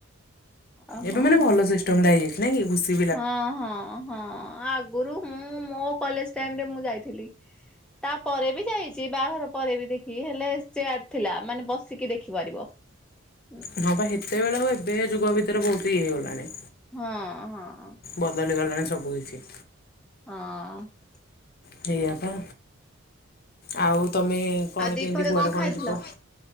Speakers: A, in the centre; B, on the left.
A: ଓହୋ।
B: ଏବେ ମାନେ ଭଲ ସିଷ୍ଟମ ଟା ହେଇଯାଇଛି ନାଇଁ କି। ଘୁସି
A: ହଁ ହଁ ହଁ ଆଗରୁ ମୁଁ ମୋ କଲେଜ ଟାଇମରେ ମୁଁ ଯାଇଥିଲି। ତା ପରେବି ଯାଇଚି ବାହାଘର ପରେ ବି ଦେଖି ହେଲେ ଚେୟାର ଥିଲା ମାନେ ବସିକି ଦେଖିପାରିବ। <unintelligible>
B: ହଁ ବା ହେତେବେଳ ଆଉ ଏବେ ଯୁଗ ଭିତରେ ବହୁତ ଇଏ ହେଇଗଲାଣି।
A: ହଁ ହଁ ହଁ
B: ବଦଳି ଗଲାଣି ସବୁ କିଛି।
A: ହଁ।
B: ସେଇଆ ପା। ଆଉ ତମେ କଣ
A: ଆଉ ଦିପହରେ
B: କେମିତି କୁଆଡେ କଣ
A: ଖାଇଥିଲ?
B: ଯିବ?